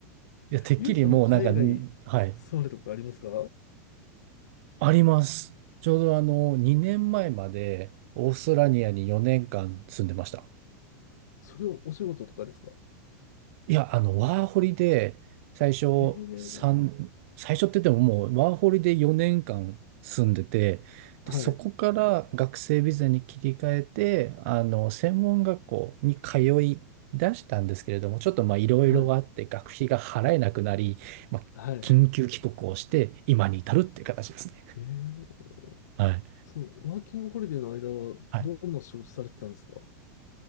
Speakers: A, on the right; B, on the left.
A: いや、てっきりもうなんか、
B: ゆうさんで海外住まれたことありますか
A: んはい、あります。ちょうどあの、2年前まえまでオーストラリアに4年間住んでました。
B: それをお仕事とかですか
A: いや、あの、ワーホリで最初三最初って言ってももうワーホリで4年間住んでて、
B: へえ。
A: で、
B: はい。
A: そこから学生ビザに切り替えて、あの、専門学校に通い出したんですけれども、ちょっとまあいろいろあって学費が払えなくなり、
B: はい。
A: まあ、
B: はい。
A: 緊急帰国をして今に至るっていう形ですね。
B: へえ。
A: はい
B: その、ワーキングホリデーの間は、
A: はい
B: どんな仕事されてたんですか